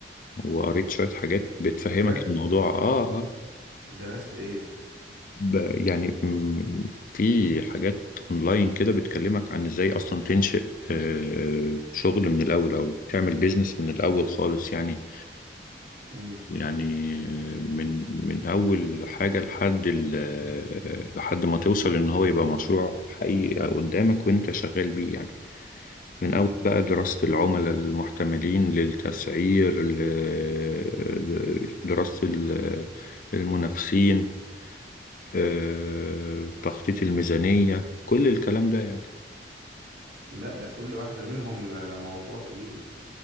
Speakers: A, on the left; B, on the right.
A: وقريت شوية حاجات بتفهمك
B: بجد
A: الموضوع اه اه
B: درست ايه
A: ب... يعني م... في حاجات اونلاين كده بتكلمك عن ازاي اصلا تنشئ آه شغل من الاول او تعمل بيزنس من الاول خالص يعني
B: امم
A: يعني من من أول حاجة لحد ال- لحد ما توصل إن هو يبقى مشروع حقيقي قدامك وأنت شغال بيه يعني من
B: امم
A: أول بقى دراسة العملاء المحتملين للتسعير ل- دراسة ال- المنافسين آه، تخطيط الميزانية كل الكلام ده يعني
B: لا ده كل واحده منهم ده موضوع كبير